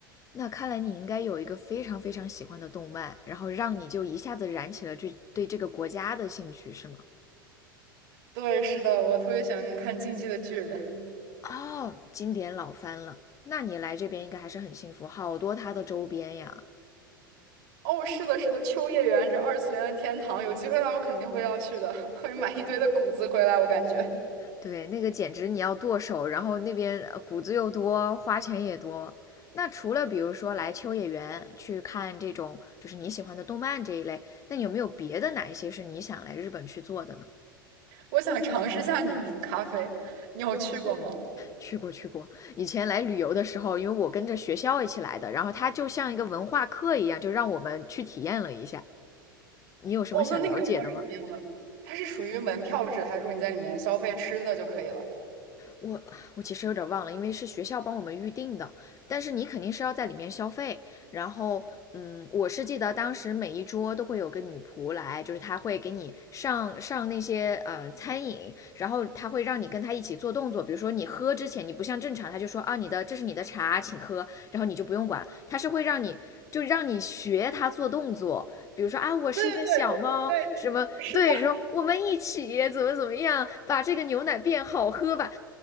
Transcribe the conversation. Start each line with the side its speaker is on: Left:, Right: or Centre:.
Left: 那看来你应该有一个非常非常喜欢的动漫，然后让你就一下子燃起了这对这个国家的兴趣，是吗？
Right: 对，是的，我特别喜欢看《进击的巨人》。
Left: 哦，经典老番了。那你来这边应该还是很幸福，好多它的周边呀。
Right: 哦，是的，是的，秋叶原这二次元的天堂，有机会的话我肯定会要去的，会买一堆的谷子回来。我感觉，
Left: 对，那个简直你要剁手，然后那边呃谷子又多，花钱也多。那除了比如说来秋叶原去看这种就是你喜欢的动漫这一类，那你有没有别的哪一些是你想来日本去做的呢？
Right: 我想尝试一下女仆咖啡，你有去过吗？
Left: 去过去过，以前来旅游的时候，因为我跟着学校一起来的，然后它就像一个文化课一样，就让我们去体验了一下。你有什么想了解的吗？
Right: 哦，那那个地方是怎么样的？它是属于门票制，还是说你在里面消费吃的就可以了？
Left: 我我其实有点忘了，因为是学校帮我们预定的，但是你肯定是要在里面消费。然后，嗯，我是记得当时每一桌都会有个女仆来，就是她会给你上上那些嗯餐饮，然后她会让你跟她一起做动作，比如说你喝之前，你不像正常，她就说啊你的这是你的茶，请喝，然后你就不用管，她是会让你就让你学她做动作，比如说啊我是一个小猫，
Right: 对对对，对，
Left: 什么对，
Right: 是的，
Left: 说我们一起怎么怎么样，把这个牛奶变好喝吧。